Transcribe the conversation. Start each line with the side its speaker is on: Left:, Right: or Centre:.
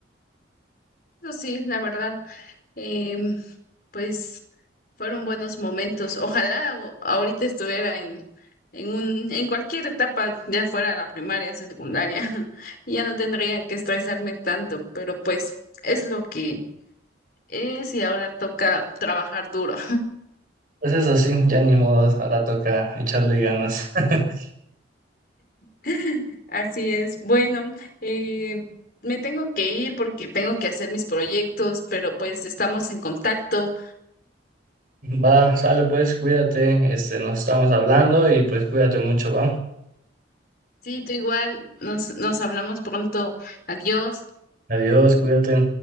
Left: Eso sí, la verdad, em, pues fueron buenos momentos. Ojalá o- ahorita estuviera en, en un, en cualquier etapa, ya fuera la primaria, secundaria, <laughs> y ya no tendría que estresarme tanto, pero pues es lo que es y ahora toca trabajar duro.
Right: Pues eso sí, ya ni modo, ahora toca echarle ganas. <laughs>
Left: <laughs> Así es. Bueno, eh, me tengo que ir porque tengo que hacer mis proyectos, pero pues estamos en contacto.
Right: Va, sale pues, cuídate, este, nos estamos hablando y pues cuídate mucho, va.
Left: Sí, tú igual. Nos, nos hablamos pronto. Adiós.
Right: Adiós, cuídate.